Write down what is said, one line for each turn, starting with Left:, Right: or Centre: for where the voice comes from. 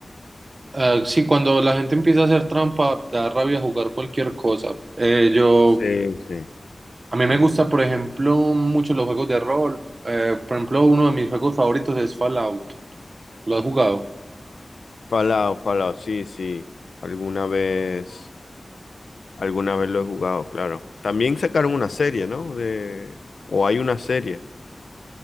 Right: Ah, sí, cuando la gente empieza a hacer trampa, da rabia jugar cualquier cosa. Eh, yo,
Left: Sí, sí.
Right: a mí me
Left: Demás.
Right: gusta, por ejemplo, mucho los juegos de rol. Eh, por ejemplo, uno de mis juegos favoritos es Fallout. ¿Lo has jugado?
Left: Fallout, Fallout, sí, sí. Alguna vez, alguna vez lo he jugado, claro. También sacaron una serie, ¿no? De, o hay una serie,